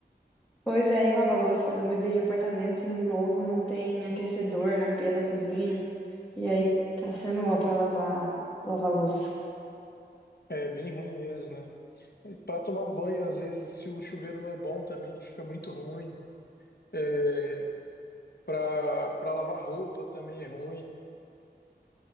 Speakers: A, in the centre; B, on the left.
A: Pois é, e lava a louça. Eu mudei de apartamento e no novo não tem aquecedor na pia da cozinha. E aí tá sendo ó pra lavar, lavar a louça.
B: É bem ruim mesmo, né? Para tomar banho, às vezes, se o chuveiro não é bom também, fica muito ruim. É, para para lavar roupa também é ruim.